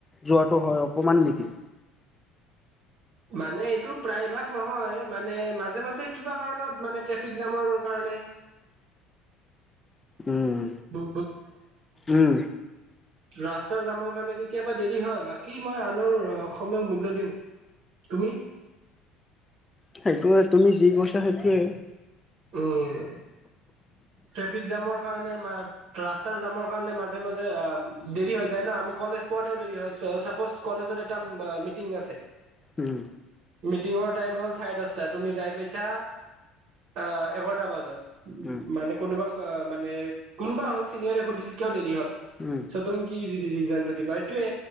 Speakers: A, on the left (about 15°); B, on the right (about 65°).
A: যোৱাটো হয় অকমান নেকি।
B: মানে এইটো প্ৰায় ভাগ নহয় মানে মাজে, মাজে কিবা কাৰণত মানে ট্ৰেফিক জামৰ কাৰণে
A: উম
B: <unintelligible>
A: উম
B: ৰাস্তাৰ জামৰ কাৰণে কেতিয়াবা দেৰি হয়, বাকী মই আনৰ অ', সময়ক মূল্য দিওঁ। তুমি?
A: সেইটোয়ে তুমি যি কৈছা সেইটোয়ে।
B: উম ট্ৰেফিক জামৰ কাৰণে মা- ৰাস্তাৰ জামৰ কাৰণে মাজে- মাজে আ দেৰি হৈ যায় ন আমি কলেজ পোৱাতেও দেৰি হয়, চাপজ কলেজত এটা মিটিং আছে
A: উম
B: মিটিঙৰ টাইম হ'ল চাৰে দশটা, তুমি যায় পাইছা অ', এঘাৰটা বজাত।
A: উম
B: মানে কোনোবা অ', মানে কোনোবা হ'ল চিনিয়ৰ সুধিল কিয় দেৰি হ'ল?
A: উম
B: চ তুমি কি ৰী ৰিজনটো দিবা এইটোৱে